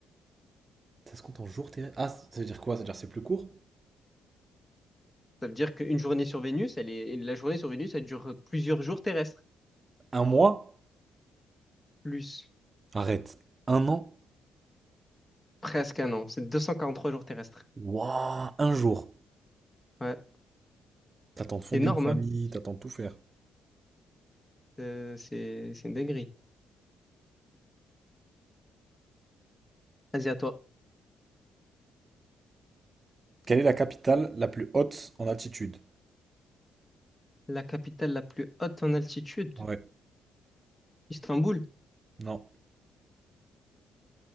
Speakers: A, on the right; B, on the left.
A: Ça se compte en jours, tes... Ah, ça veut dire quoi? Ça veut dire c'est plus court?
B: Ça veut dire qu'une journée sur Vénus, elle est, la journée sur Vénus, elle dure plusieurs jours terrestres.
A: Un mois?
B: Plus
A: Arrête. Un an?
B: presque un an. C'est 243 jours terrestres.
A: Waouh, un jour.
B: Ouais.
A: T'attends de fonder
B: C'est énorme,
A: une famille,
B: hein?
A: t'attends de tout faire.
B: Euh, C'est, c'est une dinguerie. Vas-y, à toi.
A: Quelle est la capitale la plus haute en altitude?
B: La capitale la plus haute en altitude.
A: Ouais.
B: Istanbul,
A: Non.